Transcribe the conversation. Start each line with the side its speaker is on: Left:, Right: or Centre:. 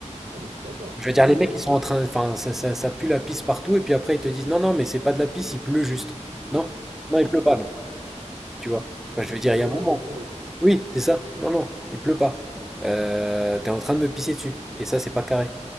Right: Ah, mais je suis d'accord,
Centre: Je
Right: mais
Centre: veux dire,
Right: bien
Centre: les mecs,
Right: sûr.
Centre: ils sont en train, enfin, ça, ça, ça pue la pisse partout, et puis après, ils te disent, non, non, mais c'est pas de la pisse, il pleut juste. Non, non, il pleut pas, non. Tu vois?
Right: <laughs> Il
Centre: Enfin, je veux dire, il y a
Right: y,
Centre: un moment.
Right: a, un grand soleil.
Centre: Oui, c'est ça. Non, non, il pleut pas. Euh, t'es en train de me pisser dessus. Et ça, c'est pas carré.